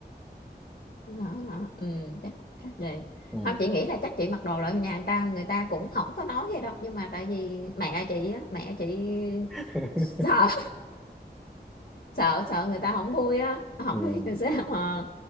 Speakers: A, on the left; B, in the centre.
A: đó, đó. ừ chắc chắc vậy
B: ừ
A: không chị nghĩ là chắc chị mặc đồ lại nhà người ta người ta cũng không có nói gì đâu nhưng mà tại vì mẹ chị á mẹ chị
B: <laughs>
A: sợ sợ sợ người ta không vui á không
B: ừ
A: biết làm sao mà